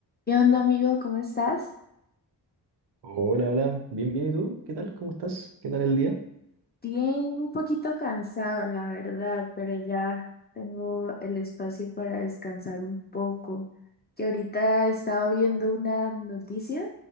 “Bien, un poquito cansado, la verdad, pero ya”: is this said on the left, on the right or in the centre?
Left